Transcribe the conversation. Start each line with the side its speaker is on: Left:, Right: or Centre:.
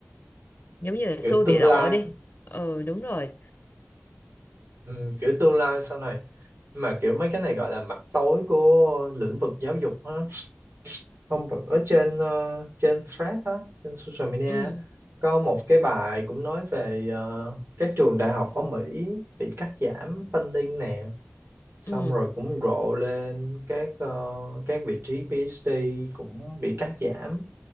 Left: giống như là
Right: Kiểu
Left: xui
Right: tương
Left: bị lộ
Right: lai
Left: đi
Right: đó.
Left: ừ đúng rồi
Right: Ừ, kiểu tương lai sau này. Mà kiểu mấy cái này gọi là mặt tối của lĩnh vực giáo dục ha. Hôm bữa ở trên ờ, trên thread á, trên social media
Left: ừ
Right: á, có một cái bài cũng nói về ờ, các trường đại học ở Mỹ bị cắt giảm funding nè. xong
Left: ừ
Right: rồi cũng rộ lên các ờ, các vị trí PhD cũng bị cắt giảm